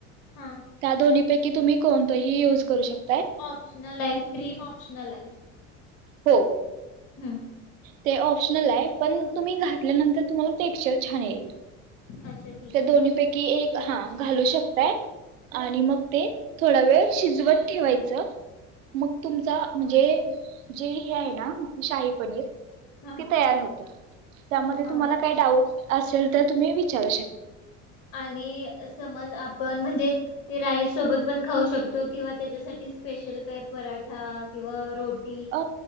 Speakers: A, on the left; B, on the right.
A: हा
B: त्या दोन्हीं पैकी तुम्ही कोणतही युज करू शक
A: ऑफशनल आहे क्रीम ऑप्शनल आहे.
B: हो.
A: हां.
B: ते ऑप्शनल आहे पण तुम्ही घातल्यानंतर तुम्हाला टेक्सचर छान येईल.
A: अच्छा ठीक
B: त्या
A: आहे
B: दोन्ही पैकी एक हां घालू शकताय, आणि मग ते थोडा वेळ शिजवत ठेवायचं, मग तुमचा म्हणजे जे हे आहे ना शाही पनीर
A: हा
B: ती तयार होते. त्यामध्ये
A: हा
B: तुम्हाला काय डाऊट? असेल तर तुम्ही विचारू शक
A: आणि समज आपण म्हणजे ते राईस सोबत पण खाऊ शकतो किंवा त्याच्यासाठी स्पेशल काय पराठा किंवा रोटी
B: अ